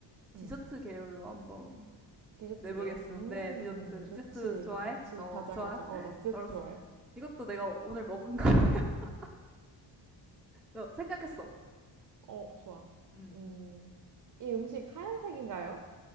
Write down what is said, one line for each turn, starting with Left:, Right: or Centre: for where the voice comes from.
Centre: 디저트
Right: 음.
Centre: 계열로 한번
Right: 디저트계요
Centre: 내보겠어.
Right: 음,
Centre: 네, 디저트.
Right: 좋지,
Centre: 디저트 좋아해?
Right: 좋지.
Centre: 어,
Right: 가자,
Centre: 좋아.
Right: 가자. 어,
Centre: <laughs>
Right: 나 디저트
Centre: 알았어.
Right: 좋아해.
Centre: 이것도 내가 오늘 먹은 거야. <laughs> 어, 생각했어.
Right: 어, 좋아.
Centre: 음.
Right: 음, 이 음식 하얀색인가요?